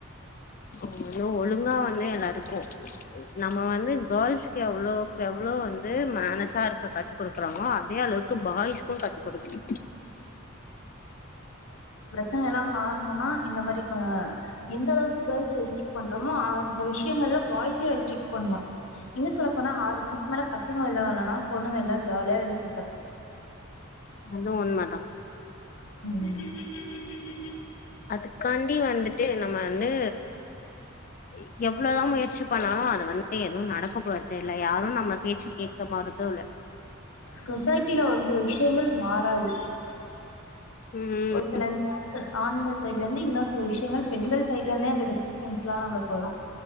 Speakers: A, on the left; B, on the left.
A: ஓ <inaudible> ஒழுங்கா வ ந்தே எல்லாருக்கு நம்ம வந்து கேர்ள்ஸ்க்கு எவ்ளோக்கெவ்ளோ வந்து மேனசா இருக்க கத்து குடுக்குறாங்ளோ அதே அளவுக்கு பாய்ஸ்க்கு கத்து குடுக்கணு
B: சா எல்லா மாறணுன்னா இந்த மாரி க எந்த அளவுக்கு கேர்ள்ஸ ரெஸ்ட்ரிக்ட் பண்றமோ அந்த விஷியங்கள்ல பாய்ஸியு ரெஸ்ட்ரிக்ட் பண்ணு இன்னு சொல்ல போனா ஆறு மணிக் மேல பசங்க வெள்ள வர்லனா பொண்ணுங்க எல்லா ஜாலியா வெள்ள சு
A: அது உன்மதா
B: ம்
A: அதுக்காண்டி வந்துட்டு நம்ம வந்து இ எவ்ளதா முயற்சி பண்ணாலு அது வந்து எதுவு நடக் க்க போற்து இல்ல யாரு நம்ம பேச்சு கேக்க மாறுதூல்ல
B: சொசைட்டில ஒரு சில விஷயங்கள் மாறாது
A: ம்
B: ஒரு சில <unintelligible> ஆண்கள் சை ல்ல இந்து இன்னோர் சில விஷயங்கள் பெண்கள் சைட்லிந்தே அந்த <unintelligible> லா வரு